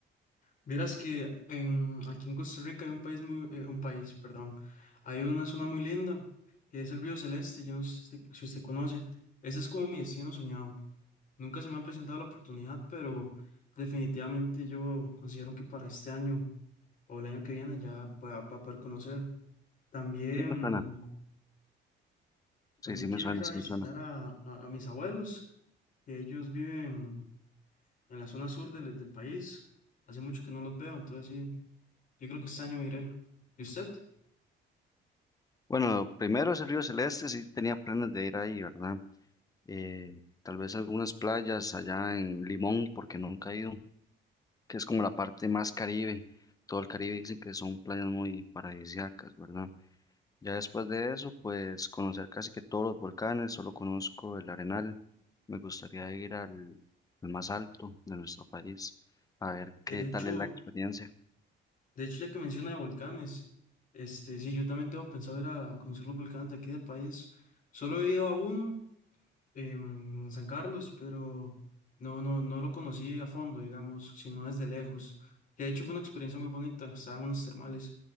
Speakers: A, on the left (about 40°); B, on the left (about 20°).
A: Vieras que en, aquí en Costa Rica hay un país muy, eh, un país, perdón, hay una zona muy linda que es el Río Celeste, yo no sé si, si usted conoce, ese es como mi destino soñado. Nunca se me ha presentado la oportunidad, pero definitivamente yo considero que para este año o el año que viene ya va, va a poder conocer. También,
B: Sí me suena, sí,
A: también
B: sí
A: quiero
B: me suena,
A: ir a
B: sí
A: visitar
B: me suena.
A: a, a- a mis abuelos, que ellos viven en la zona sur del, del país. Hace mucho que no los veo, entonces sí. Yo creo que este año iré. ¿Y usted?
B: Bueno, primero es el Río Celeste, sí tenía planes de ir ahí, ¿verdad? Eh, tal vez algunas playas allá en Limón, porque nunca he ido, que es como la parte más Caribe. Todo el Caribe dicen que son playas muy paradisíacas, ¿verdad? Ya después de eso, pues conocer casi que todos los volcanes, solo conozco el Arenal. Me gustaría ir al, al más alto de nuestro país, a ver
A: De
B: qué tal
A: hecho,
B: es la experiencia.
A: de hecho, ya que menciona de volcanes, este, sí, yo también tengo pensado ir a conocer los volcanes de aquí del país. Solo he ido a uno, em, en San Carlos, pero no, no, no lo conocí a fondo, digamos, sino desde lejos. Que de hecho fue una experiencia muy bonita, estaban unas termales.